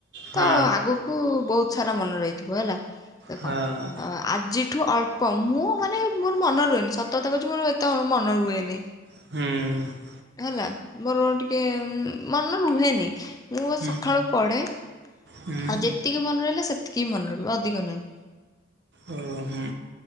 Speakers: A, on the right; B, on the left.
A: ହଁ
B: ତ ଆଗୁ କୁ ବହୁତ ସାରା ମନ ରହିଥିବ ହେଲା। ଦେଖ
A: ହଁ
B: ଆ ଆଜିଠୁ ଅଳ୍ପ ମୁଁ ମାନେ ମୋର ମନେ ରୁହେନି ସତତା କଛି ମୋର ଏତେ ମନେ ରୁହେନି।
A: ହୁଁ।
B: ହେଲା ମୋର ଟିକେ ମନ ରୁହେନି। ମୁଁ ବ
A: ହୁଁ
B: ସକାଳୁ ପଢେ ଆଉ
A: ହୁଁ
B: ଯେତିକି ମନେ ରହିଲେ ସେତିକି ବି ମନେ ରହିବ ଅଧିକ ନାହିଁ।
A: ଓ ହୁଁ